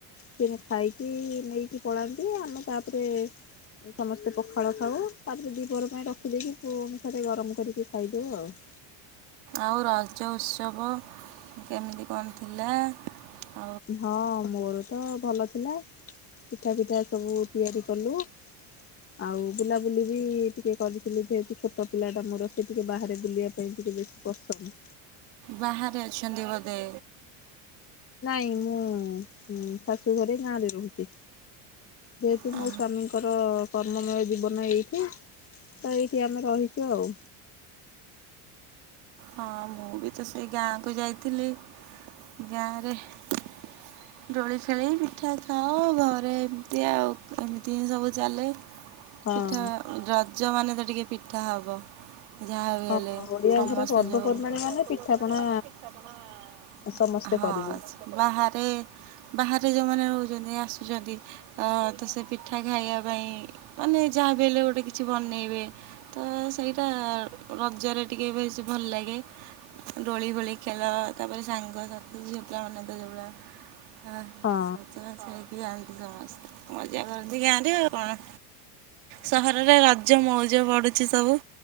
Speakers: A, on the left; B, on the right.
A: ସେ ଖାଇକି ନେଇକି ପଳାନ୍ତି ଆମେ ତାପରେ ସମସ୍ତେ ପଖାଳ ଖାଉ ତାପରେ ଦିିପହର ପାଇଁ ରଖିଦେଇକି ପୁଣି ଥରେ ଗରମ କରିକି ଖାଇଦଉ ଆଉ। <inaudible>
B: ଆଉ ରଜ ଉତ୍ସବ କେମିତି କଣ ଥିଲା? ଆଁ
A: ହଁ ମୋର ତ ଭଲ ଥିଲା କି ମିଠା ପିଠା ସବୁ ତିଆରି କଲୁ <unintelligible> ଆଉ ବୁଲାବୁଲି ବି ଟିକେ କରିଥିଲୁ ଯେହେତୁ ଛୋଟ ପିଲା ଟା ମୋର ସେ ଟିକେ ବାହାରେ ବୁଲିବାକୁ ସେ ଟିକେ ବେଶି ପସନ୍ଦ୍
B: ବାହାରେ ଅଛନ୍ତି ବୋଧେ।
A: ନାଇଁ ମୁଁ ଶାଶୁ ଘରେ ଗାଁରେ ରହୁଛି। ଯେହେତୁ
B: ହଁ।
A: ମୋ ସ୍ଵାମୀଙ୍କର କର୍ମମେୟ ଜୀବନ ଏଇଠି। ତ ଏଇଠି ଆମେ ରହିଛୁ ଆଉ।
B: ହଁ ମୁଁ ବି ତ ସେଇ ଗାଁକୁ ଯାଇଥିଲି। ଗାଁରେ ହେ ଦୋଳି ଖେଳି ପିଠା ଖାଅ ଘରେ ଏମିତି ଆଉ ଏମିତି ସବୁ ଚାଲେ।
A: ହଁ
B: ପିଠା ରଜ ମାନେ ତ ଟିକେ ପିଠା ହବ। ଯାହା ବି
A: ହଁ
B: ହେଲେ
A: ଓଡିଆ
B: ସମସ୍ତେ
A: ଘରେ ପର୍ବପର୍ବାଣୀ
B: ଯୋଉ <unintelligible> ପର୍ବପର୍ବାଣି
A: ମାନେ ପିଠାପଣା
B: ମାନେ ପିଠାପଣା
A: ସମସ୍ତେ
B: ହଁ
A: କରିବେ
B: ବାହାରେ। ବାହାରେ ଯୋଉମାନେ ରହୁଛନ୍ତି ଆସୁଛନ୍ତି ତ ସେ ପିଠା ଖାଇବା ପାଇଁ ମାନେ ଯାହା ବି ହେଲେ ଗୋଟେ କିଛି ବନେଇବେ ତ ସେଇଟା ରଜରେ ଟିକେ ବେଶୀ ଭଲ ଲେଗେ ଲାଗେ ଦୋଳି ଗୋଳି ଖେଳ ତାପରେ ସାଙ୍ଗସାଥୀ ଝିଅପିଲାମାନେ ତ ଯୋଉଭଳିଆ ହ
A: ହଁ।
B: ସଇକି ଯାନ୍ତି ସମସ୍ତେ ମଜା କରନ୍ତି ଗାଁରେ ଆଉ କଣ। ସହରରେ ରଜ ମଉଜ ବଢ଼ୁଛି ସବୁ।